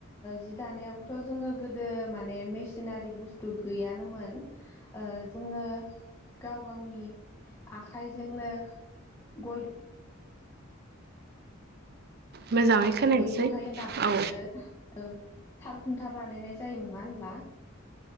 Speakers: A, on the left (about 15°); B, on the right (about 50°).
A: जि दानायाबोथ' जोङो गोदो माने मेसिनारि बुस्थु गैयानोमोन जोङो गाव गावनि आखाइजोंनो गय
B: मोजाङै
A: बिफां
B: खोनायासै
A: बेखौहाय दानो
B: औ
A: औ । साल खुन्था बानायनाय जायोमोन नङा होनब्ला?